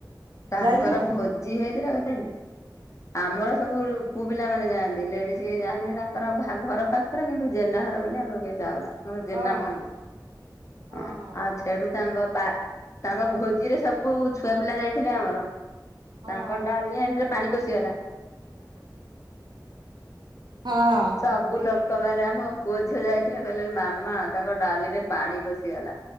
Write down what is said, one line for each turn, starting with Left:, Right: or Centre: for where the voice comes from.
Left: ତାଙ୍କର
Right: ଯାଇଥିଲ
Left: ଭୋଜି ହେଇଥିଲା କେତେ ଆମର ସବୁ ପୁଅ ପିଲାମାନେ ଯାଆନ୍ତି ଲେଡି଼ଜ କେହି ଯାଆନ୍ତିନେଇ ତାଙ୍କର ଭା ଘର ପାଖରେ କିନ୍ତୁ ଜେନା ଘର ବୋଲି ଆମର କେହି ଯାଉନା ଆମର ଜେନାମଣି
Right: ଓହୋ
Left: ହଁ
Right: ଓହୋ
Left: ଆଉ ଛେଡ଼ୁ ତାଙ୍କ ପା ତାଙ୍କ ଭୋଜିରେ ସବୁ ଛୁଆ ପିଲା ଯାଇଥିଲେ ଆମର।
Right: ହଁ
Left: ତାଙ୍କ ଡାଲି ହାଣ୍ଡିରେ ପାଣି ପଶିଗଲା।
Right: ହଁ
Left: ସବୁ ଲୋକ ମାନେ ଆମ ପୁଅ ଝିଅ ଯାଇଥିଲେ କହିଲେ ମାମା ତାଙ୍କ ଡାଲିରେ ପାଣି ପଶିଗଲା।